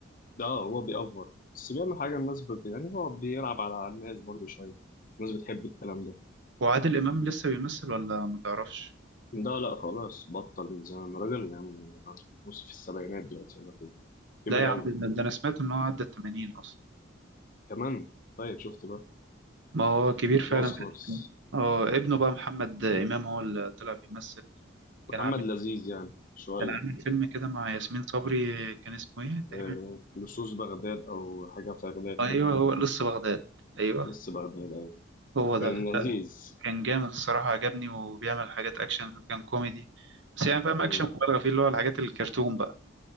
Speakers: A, on the left; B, on the right.
A: ده آه، هو بيأفور بس بيعمل حاجة الناس بت... يعني هو بيلعب على على الناس برضه شوية الناس بتحب الكلام ده
B: هو عادل امام لسه بيمثل ولا ما تعرفش
A: ده لا خلاص بطل من زمان راجل يعني نص في السبعينات دلوقتي ولا كده كبر
B: لا يا
A: قوي
B: عم ده ده انا سمعت ان هو عدى ال 80 اصلا
A: كمان طيب شفت بقى
B: ما هو كبير فعلا
A: باظ خالص
B: اه ابنه بقى محمد امام هو اللي طلع بيمثل كان
A: محمد
B: عامل
A: لذيذ يعني شوية
B: كان عامل فيلم كده مع ياسمين صبري كان اسمه ايه تقريبا
A: آه، لصوص بغداد أو حاجة في بغداد
B: ايوه
A: كده
B: هو لص بغداد ايوه
A: لص بغداد أيوة
B: هو ده
A: كان لذيذ
B: كان جامد الصراحه عجبني وبيعمل حاجات اكشن كان كوميدي بس يعني فاهم
A: مم.
B: اكشن مبالغه فيه اللي هو الحاجات الكرتون بقى